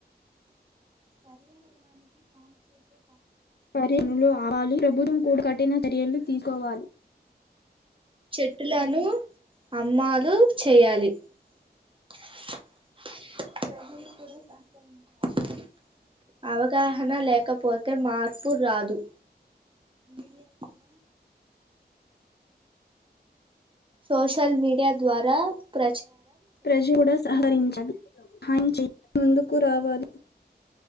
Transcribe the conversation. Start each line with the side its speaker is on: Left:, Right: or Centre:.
Right: పర్యావరణానికి హాని చేసేవి
Left: పరిణలు అవాలీ ప్రభుత్వం కూడా కట్టిన చర్యలు తీసుకోవాలి
Right: చెట్టులను అమ్మాలి చేయాలి <unintelligible> అవగాహన లేకపోతే మార్పు రాదు మీడియాక్కడ సోషల్ మీడియా ద్వారా ప్ర
Left: జు కూడా సహరించలి మంచి ముందుకు రావాలి